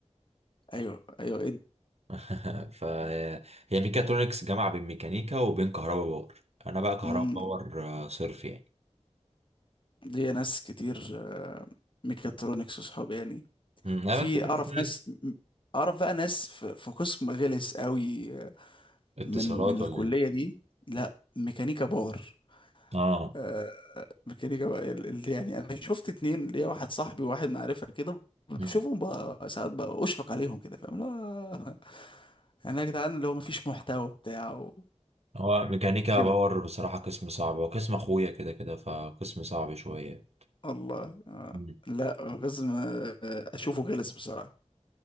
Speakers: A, on the left; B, on the right.
A: ايوه ايوه
B: <laughs> فهي ميكاترونكس جامعه بين ميكانيكا وبين كهربا باور انا بقى كهربا
A: ادي
B: باور آه، صرف يعني
A: ليا ناس كتير آه، ميكاترونكس وصحابي يعني
B: امم انا
A: وفي
B: كنت ميكاترونكس
A: اعرف ناس م- اعرف بقى ناس في في قسم غلس قوي آه،
B: اتصالات
A: من من الكلية
B: ولا ايه
A: دي لا ميكانيكا باور
B: اه
A: آه، ميكانيكا بقى ال- ال- يعني انا شفت اتنين ليا واحد صاحبي وواحد معرفة كده بشوفهم
B: مم.
A: بقى ساعات بقى اشفق عليهم كده فاهم لا <laughs> يعني يا جدعان اللي هو مفيش محتوى بتاع
B: هو ميكانيكا
A: وكده
B: باور بصراحه قسم صعب هو قسم اخويا كده كده فقسم صعب شويه
A: الله آه،
B: مم.
A: لا قسم آه، اشوفه غلس بصراحة